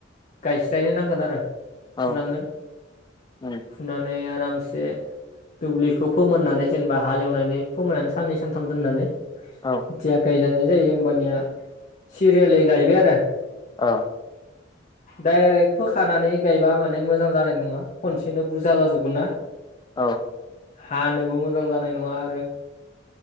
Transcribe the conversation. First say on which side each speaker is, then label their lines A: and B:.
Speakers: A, on the left; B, on the left.
A: गायस्लायनो नांगोन आरो
B: औ
A: फुनांगोन
B: उम
A: फुनानै आरामसे दुब्लिखौ फोमोननानै जेनेबा हालेवनानै फोमोननानै साननै सानथाम दोननानै
B: औ
A: थिया गायजा जायो होमबानिया सिरियालै गायबाय आरो
B: औ
A: डाइरेक्ट फोखानानै गायबा माने मोजां जानाय नङा खनसेनो बुरजा जाजोबगोन ना
B: औ
A: हानोबो मोजां जानाय नङा आरो